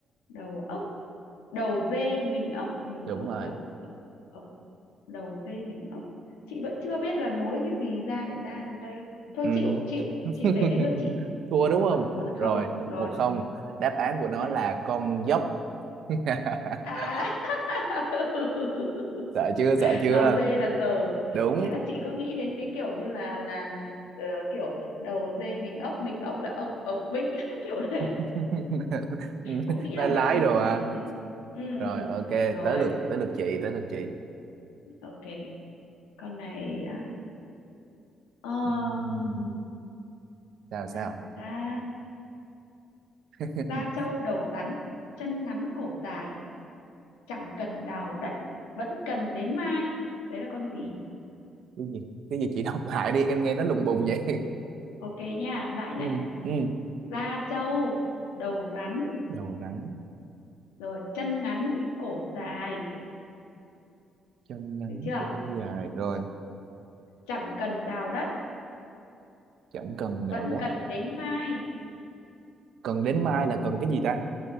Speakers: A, on the left; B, on the right.
A: đầu ốc đầu dê mình ốc mình
B: đúng
A: ốc
B: rồi
A: là ốc ốc đầu dê mình ốc chị vẫn chưa biết là nối cái gì ra để ra được đây thôi
B: Ừm.
A: chịu chịu
B: <laughs>
A: chịu để đến lượt chị
B: thua đúng
A: rồi
B: không
A: một không
B: rồi
A: rồi
B: một không đáp án của nó
A: thế
B: là con dốc <laughs>
A: à <laughs>
B: sợ chưa sợ chưa
A: đầu dê là giờ
B: đúng
A: thế là chị cứ nghĩ đến cái kiểu như là là là ờ, kiểu đầu dê mình ốc mình ốc là ộc ộc bính <laughs> kiểu đấy
B: <laughs>
A: cũng nghĩ
B: nói
A: là mẹo
B: lái
A: nhưng
B: đồ
A: không
B: à
A: nghĩ là thế ừ ừ
B: rồi ok
A: rồi
B: tới lượt tới lượt chị tới lượt chị
A: ok con này á um,
B: Ừm, sao sao
A: sao ta
B: <laughs>
A: da trâu đầu rắn chân ngắn cổ dài chẳng cần đào đất vẫn cần đến mai đấy là con gì
B: cái gì cái gì chị đọc <laughs> lại đi em nghe nó lùng bùng vậy
A: ok nha lại này
B: <laughs> ừ ừ
A: da trâu đầu rắn
B: đầu rắn
A: rồi chân ngắn cổ dài
B: trong ngắn
A: được chưa
B: cổ dài rồi
A: chẳng cần đào đất
B: chẳng cần
A: vẫn
B: đào đất
A: cần đến mai
B: cần đến mai là cần cái gì ta